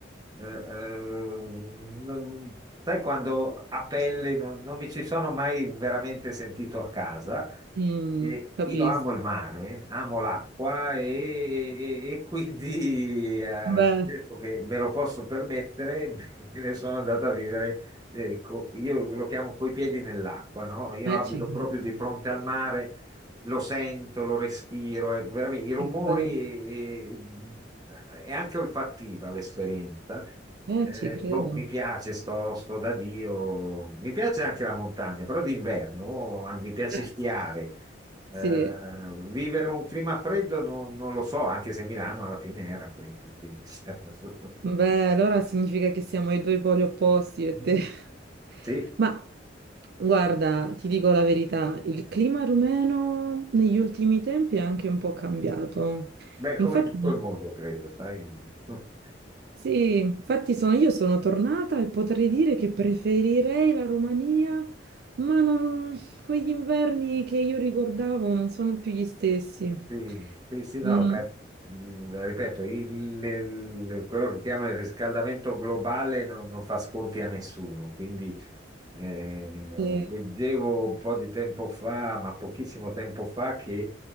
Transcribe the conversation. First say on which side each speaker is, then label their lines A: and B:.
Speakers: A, on the right; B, on the right.
A: eh, eh, non- sai, quando a pelle non non mi ci sono mai veramente sentito a casa.
B: Mm,
A: E
B: capisco.
A: io amo il mare, amo l'acqua e, e- e quindi eh, adesso
B: Beh,
A: che me lo posso permettere, <laughs> me ne sono andato a vivere, eh, co- io lo chiamo coi piedi nell'acqua, no? Io
B: eh,
A: abito
B: ci
A: proprio
B: credo.
A: di fronte al mare lo sento, lo respiro, è veramente- i rumori
B: Che bello.
A: e, e anche olfattiva l'esperienza.
B: Eh,
A: Eh,
B: ci credo.
A: boh, mi piace, sto, sto da Dio, mi piace anche la montagna, però d'inverno ah, mi piace
B: Eh,
A: sciare. Eh,
B: sì.
A: vivere un clima freddo non, non lo so, anche se Milano alla fine era fredda, quindi... <laughs>
B: Beh, allora significa che siamo ai due poli opposti, io e
A: Mm,
B: te. <laughs>
A: Sì,
B: Ma guarda, ti dico la verità, il clima rumeno negli ultimi tempi è anche un po' cambiato.
A: beh,
B: Infatti,
A: come in tutto il mondo, credo, sai. <laughs>
B: Sì, infatti sono- io sono tornata e potrei dire che preferirei la Romania, ma non- quegli inverni che io ricordavo non sono più gli stessi.
A: Sì, sì, sì, no,
B: Mm,
A: beh, mh, ripeto, il- il- quello che chiamano il riscaldamento globale non, non fa sconti a nessuno, quindi eh,
B: sì,
A: leggevo un po' di tempo fa, ma pochissimo tempo fa, che